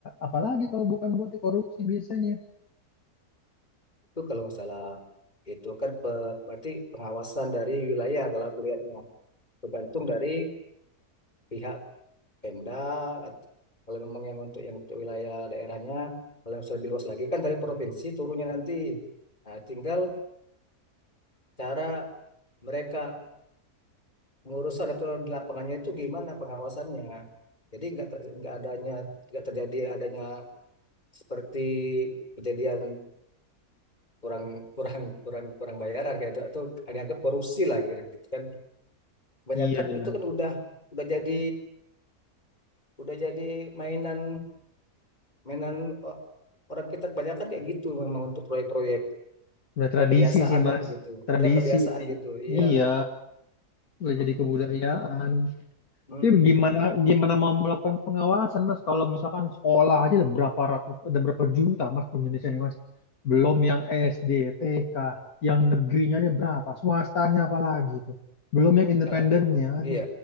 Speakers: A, on the left; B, on the left.
A: apalagi kalau bukan buat korupsi biasanya.
B: Itu kalau masalah itu kan pe- berarti pengawasan dari wilayah kalau aku lihatnya tergantung dari pihak Pemda kalau memang yang untuk yang untuk wilayah daerahnya kalau yang lebih luas lagi kan dari provinsi turunnya nanti Nah, tinggal cara mereka mengurus ada aturan di lapangannya itu gimana pengawasannya. Jadi nggak nggak adanya nggak terjadi adanya seperti kejadian kurang kurang kurang kurang bayaran kayak itu atau agak korupsi lah gitu gitu kan. Kebanyakan
A: Iya ya,
B: itu kan udah udah jadi udah jadi mainan mainan orang kita kebanyakan kayak gitu memang untuk proyek-proyek
A: udah tradisi
B: udah kebiasaan
A: sih Mas,
B: lah gitu
A: tradisi
B: udah kebiasaan
A: sih.
B: gitu iya
A: Iya, udah
B: Mm-mm.
A: jadi kebudayaan.
B: Mm-mm.
A: Tapi gimana gimana mau melakukan pengawasan Mas kalau misalkan sekolah aja ada berapa ratus ada berapa juta Mas di Indonesia nih Mas. Belum yang SD, TK, yang negerinya aja berapa, swastanya apalagi tuh. Belum yang independennya.
B: Kalau aku,
A: Aduh,
B: iya,